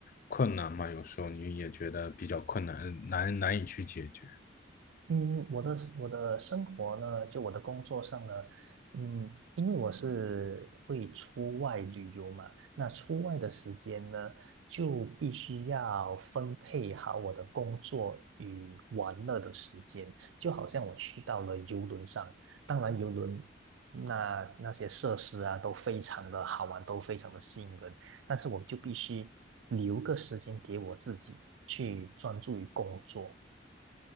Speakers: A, on the left; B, on the right.
A: 困难吗？有时候你也觉得比较困难，难难以去解决。
B: 嗯，我的我的生活呢，就我的工作上呢，嗯，因为我是会出外旅游嘛，那出外的时间呢，就必须要分配好我的工作与玩乐的时间。就好像我去到了游轮上，当然游轮那那些设施啊，都非常的好玩，都非常的吸引人，但是我就必须留个时间给我自己去专注于工作。